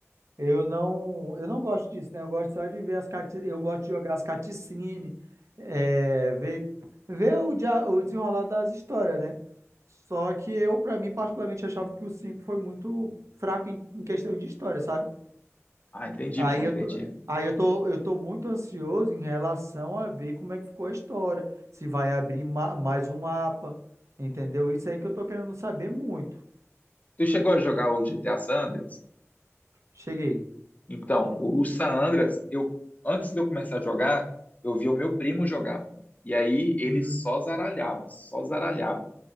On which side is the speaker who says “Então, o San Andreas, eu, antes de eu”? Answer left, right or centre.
Left